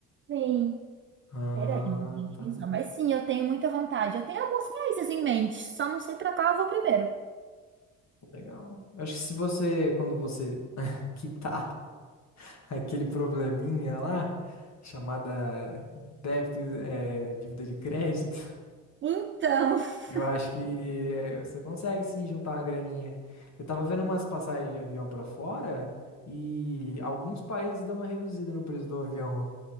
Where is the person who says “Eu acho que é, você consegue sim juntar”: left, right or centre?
Left